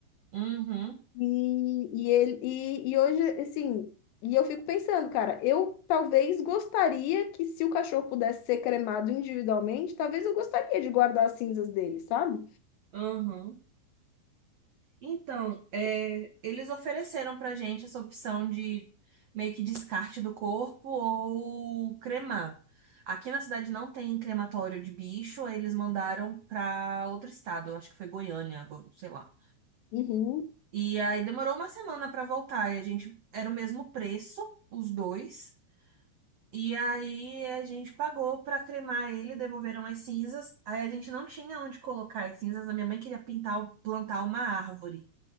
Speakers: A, on the right; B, on the left.
A: uhum, uhum.
B: E, e, ele, e, e hoje, assim, e eu fico pensando, cara, eu talvez gostaria que se o cachorro pudesse ser cremado individualmente, talvez eu gostaria de guardar as cinzas dele, sabe?
A: uhum. Então, é, eles ofereceram pra gente essa opção de meio que descarte do corpo ou cremar. Aqui na cidade não tem crematório de bicho, eles mandaram pra outro estado, eu acho que foi Goiânia, agora, sei lá.
B: Uhum.
A: E aí demorou uma semana pra voltar e a gente era o mesmo preço, os dois. E aí a gente pagou pra cremar ele, devolveram as cinzas. Aí a gente não tinha onde colocar as cinzas, a minha mãe queria pintar, o- plantar uma árvore